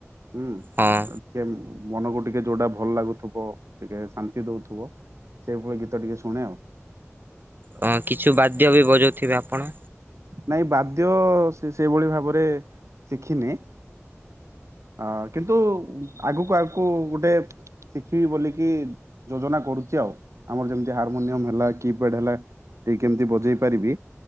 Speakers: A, on the right; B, on the right.
A: ହୁଁ
B: ହଁ।
A: କେମ ମନକୁ ଟିକେ ଯୋଉଟା ଭଲ ଲାଗୁଥିବ ଟିକେ ଶାନ୍ତି ଦଉଥିବ ସେଇଭଳି ଗୀତ ଟିକେ ଶୁଣେ ଆଉ।
B: ହଁ କିଛି ବାଦ୍ୟ ବି ବଜଉଥିବେ ଆପଣ।
A: ନାଇଁ ବାଦ୍ୟ ସେଇଭଳି ଭାବରେ ଶିଖିନି। ହଁ କିନ୍ତୁ ଆଗକୁ ଆଗକୁ ଗୋଟେ ଶିଖିବି ବୋଲି କି ଯୋଜନା କରୁଛି ଆଉ ଆମର ଯେମିତି ହାରମୋନିୟମ ହେଲା କିପ୍ୟାଡ ହେଲା। ଏଇ କେମିତି ବଜେଇ ପାରିବି।